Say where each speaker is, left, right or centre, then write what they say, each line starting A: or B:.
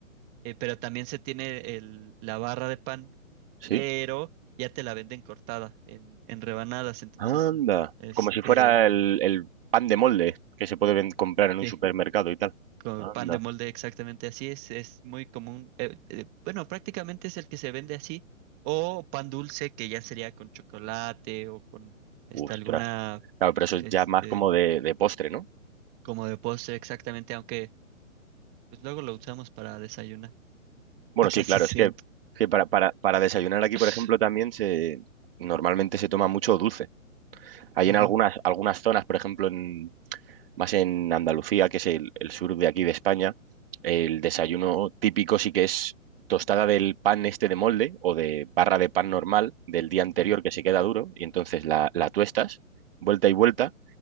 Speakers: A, on the right (about 25°); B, on the right (about 45°).
A: eh, pero también se tiene el, la barra de pan,
B: ¿Sí?
A: pero ya te la venden cortada en, en rebanadas, entonces,
B: Anda.
A: este,
B: Como si fuera el, el pan de molde que se puede ven- comprar en
A: sí,
B: un supermercado y tal.
A: con
B: Anda.
A: pan de molde exactamente así es, es muy común, eh, eh, bueno, prácticamente es el que se vende así, o pan dulce, que ya sería con chocolate o con, este,
B: Ostras.
A: alguna...
B: Claro, pero eso
A: Este,
B: es ya más como de, de postre, ¿no?
A: como de postre exactamente, aunque pues luego lo usamos para desayunar,
B: Bueno,
A: <laughs>
B: sí,
A: casi
B: claro,
A: siempre.
B: es que, es que para, para, para desayunar aquí,
A: <laughs>
B: por ejemplo, también se normalmente se toma mucho dulce. Hay
A: Ujú,
B: en algunas, algunas zonas, por ejemplo, en, más en Andalucía, que es el, el sur de aquí de España, el desayuno típico sí que es tostada del pan este de molde o de barra de pan normal del día anterior
A: Ajá,
B: que se queda duro y entonces la, la tuestas vuelta y vuelta